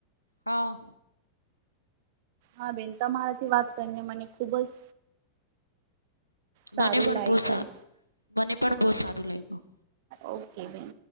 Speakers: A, on the left; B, on the right.
A: હા.
B: હા બેન તમારાથી વાત કરીને મને ખુબ જ સારું
A: મને પણ
B: લાગ્યું
A: બો સા મને પણ બહુ સારું લાગ્યું.
B: ઓકે બેન.